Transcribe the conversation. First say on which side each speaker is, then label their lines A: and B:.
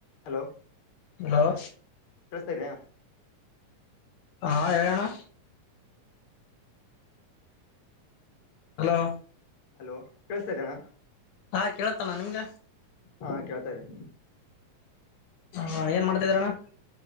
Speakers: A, on the left; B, on the left.
A: Hello
B: hello
A: ಕೇಳಿಸ್ತಾ ಇದೆಯಾ
B: ಹಾ ಹೇಳಣ್ಣ ಹಲೋ
A: ಹಲೋ ಕೇಳಸ್ತಾ ಇದಿಯಾ ಅಣ್ಣ
B: ಹಾ ಕೇಳತಾಣ ನಿಮ್ಗ
A: ಹಾ ಕೇಳ್ತಾ ಇದೆ
B: ಹಾ ಏನ್ ಮಾಡ್ತಾಿ ಇದಿರಾ ಅಣ್ಣ